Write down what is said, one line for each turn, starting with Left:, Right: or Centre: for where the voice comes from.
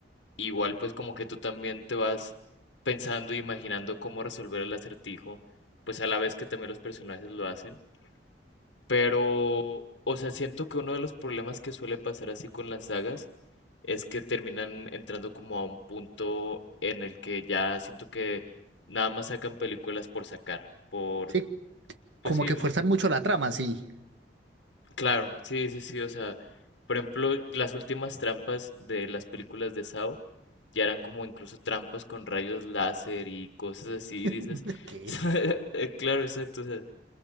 Left: Igual pues como que tú también te vas pensando e imaginando cómo resolver el acertijo, pues a la vez que también los personajes lo hacen. Pero, o sea, siento que uno de los problemas que suele pasar así con las sagas es que terminan entrando como a un punto en el que ya siento que nada más sacan películas por sacar, por...
Right: Sí,
Left: Pues
Right: como
Left: sí,
Right: que
Left: o
Right: fuerzan
Left: sea,
Right: mucho la trama, sí.
Left: claro, sí, sí, sí, o sea, por ejemplo, las últimas trampas de las películas de Saw ya eran como incluso trampas con rayos láser y cosas así, y dices,
Right: <laughs> ¿Qué?
Left: <laughs> eh, claro, exacto, o sea,